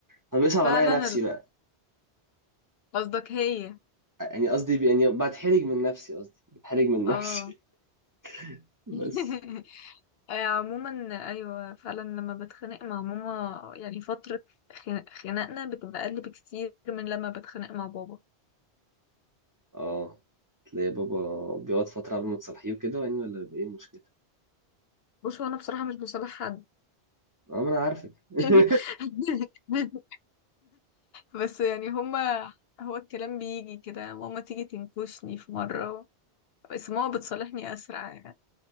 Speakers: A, on the right (about 25°); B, on the left (about 65°).
A: طب بيصعب
B: فعلا
A: عليا نفسي
B: ال-
A: بقى
B: قصدك هي
A: يعني قصدي بي- يعني بتحرج من نفسي قصدي بتحرج من
B: اه
A: نفسي <laughs> بس
B: <laughs> آه، عموما ايوه فعلا لما بتخانق مع ماما يعني فتره خنا- خناقنا بتبقى اقل بكتير من لما بتخانق مع بابا
A: اه تلاقي بابا بيقعد فتره قبل ما تصالحيه وكده يعني ولا بيبقى ايه المشكله
B: بص هو انا بصراحه مش بصالح حد
A: اه ما انا عارفك <laughs>
B: <laughs> بس يعني هما هو الكلام بيجي كده ماما تيجي تنكشني في مره بس ماما بتصالحني اسرع يعني